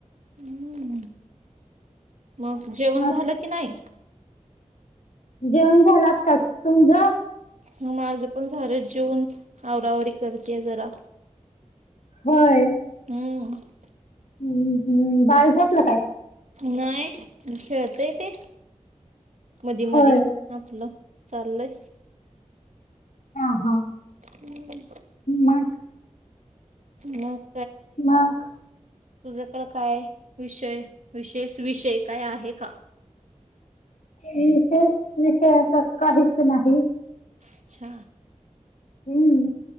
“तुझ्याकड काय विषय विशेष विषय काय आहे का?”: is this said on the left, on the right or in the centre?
Right